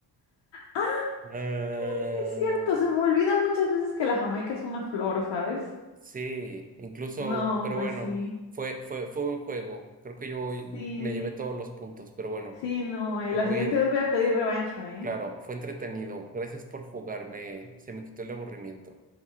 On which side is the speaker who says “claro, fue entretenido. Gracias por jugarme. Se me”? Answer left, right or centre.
Right